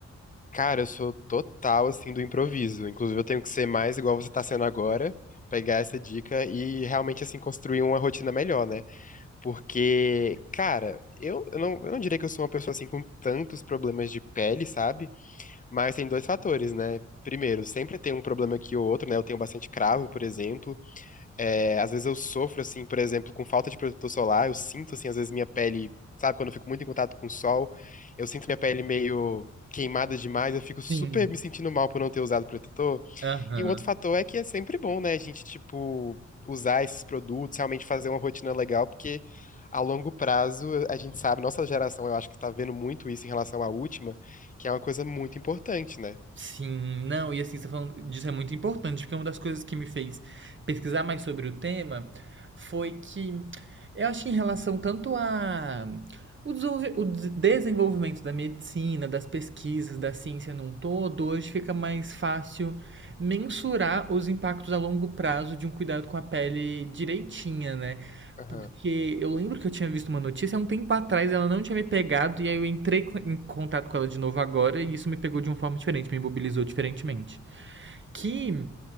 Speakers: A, on the left; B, on the right.
A: Cara, eu sou total assim do improviso. Inclusive, eu tenho que ser mais igual você tá sendo agora, pegar essa dica e realmente assim construir uma rotina melhor, né? Porque, cara, eu, eu não, eu não diria que eu sou uma pessoa assim com tantos problemas de pele, sabe? Mas tem dois fatores, né? Primeiro, sempre tem um problema aqui ou outro, né? Eu tenho bastante cravo, por exemplo. É, às vezes eu sofro, assim, por exemplo, com falta de protetor solar. Eu sinto, assim, às vezes minha pele, sabe, quando eu fico muito em contato com o sol, eu sinto minha pele meio queimada demais. Eu fico super
B: Sim.
A: me sentindo mal por não ter usado protetor.
B: Aham.
A: E um outro fator é que é sempre bom, né? A gente, tipo, usar esses produtos, realmente fazer uma rotina legal, porque a longo prazo, a gente sabe, nossa geração, eu acho que tá vendo muito isso em relação à última, que é uma coisa muito importante, né?
B: Sim, não, e assim, você tá falando disso é muito importante, porque uma das coisas que me fez pesquisar mais sobre o tema foi que eu acho que em relação tanto a o, desenvolve- o des- desenvolvimento da medicina, das pesquisas, da ciência num todo, hoje fica mais fácil mensurar os impactos a longo prazo de um cuidado com a pele direitinha, né?
A: Aham.
B: Porque eu lembro que eu tinha visto uma notícia há um tempo atrás, ela não tinha me pegado, e aí eu entrei co- em contato com ela de novo agora, e isso me pegou de uma forma diferente, me mobilizou diferentemente. Que